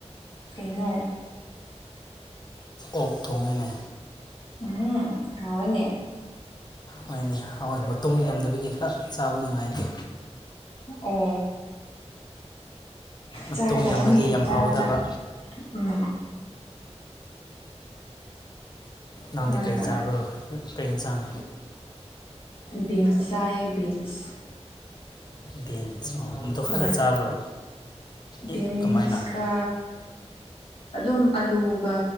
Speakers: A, on the left; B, on the left.
A: ꯀꯩꯅꯣ
B: ꯑꯣꯛ ꯊꯣꯡꯉꯦꯅꯦ
A: ꯎꯝ ꯍꯥꯎꯋꯦꯅꯦ
B: ꯍꯣꯏꯅꯦ ꯍꯥꯎꯋꯦꯅꯦ ꯃꯇꯨꯝ ꯌꯥꯝꯗꯕꯒꯤ ꯈꯔ ꯆꯥꯕꯗ ꯅꯨꯡꯉꯥꯏꯇꯦ
A: ꯑꯣ
B: ꯃꯇꯨꯡ
A: ꯆꯥꯒꯗꯕꯅꯤ
B: ꯌꯥꯝꯂꯗꯤ ꯌꯥꯝ
A: ꯆꯥꯎ
B: ꯍꯥꯎꯒꯗꯕ
A: ꯆꯥꯎ ꯎꯝ
B: ꯅꯪꯗꯤ
A: ꯍꯣꯏ
B: ꯀꯩ
A: ꯍꯣꯏ
B: ꯆꯥꯕ꯭ꯔꯣ ꯀꯩ ꯏꯟꯖꯥꯡ
A: ꯕꯤꯟ ꯆꯥꯏꯌꯦ ꯕꯤꯟꯁ
B: ꯕꯤꯟꯁ ꯑꯗꯨꯈꯛꯇꯥ
A: ꯍꯣꯏ
B: ꯆꯥꯕ꯭ꯔꯣ
A: ꯕꯤꯟꯁꯀ
B: ꯏ ꯀꯃꯥꯏꯅ
A: ꯑꯗꯨꯝ ꯑꯂꯨꯒ